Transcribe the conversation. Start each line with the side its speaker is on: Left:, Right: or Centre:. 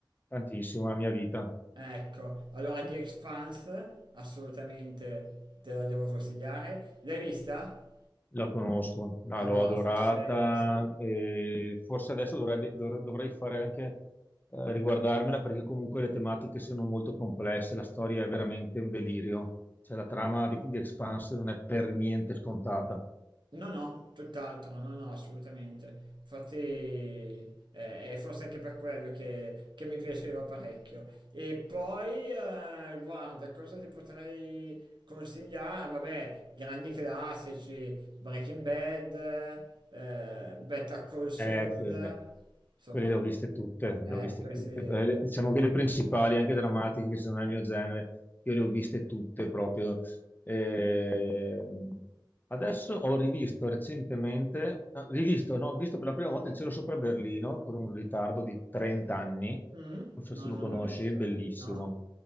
Left: tantissimo la mia vita.
Right: Ecco, allora The Expanse assolutamente te la devo consigliare. L'hai vista?
Left: La conosco, la-
Right: Allora
Left: l'ho adorata
Right: forse sì.
Left: e forse adesso dovrebbe- dovre- dovrei fare anche eh, riguardarmela perché comunque le tematiche sono molto complesse, la storia è veramente un delirio, cioè la trama di, di Expanse non è per niente scontata.
Right: No, no, tutt'altro, no, no, assolutamente. Infatti eh, è forse anche per quello che, che mi piaceva parecchio. E poi, eh, guarda, cosa ti potrei consigliare? Vabbè, grandi classici, Breaking Bad, eh, Better Call Saul,
Left: Eh, quelle,
Right: insomma.
Left: quelle le ho viste tutte,
Right: Eh,
Left: le ho viste
Right: questi,
Left: tutte. Però le- Diciamo che le principali, anche drammatiche, che sono nel mio genere, io le ho viste tutte proprio. Ehm, adesso ho rivisto recentemente, ah, rivisto, no, ho visto per la prima volta Il cielo sopra Berlino con un ritardo di 30 anni.
Right: Mh,
Left: Non so se
Right: no,
Left: lo
Right: non
Left: conosci,
Right: l'ho vista.
Left: è bellissimo,
Right: No?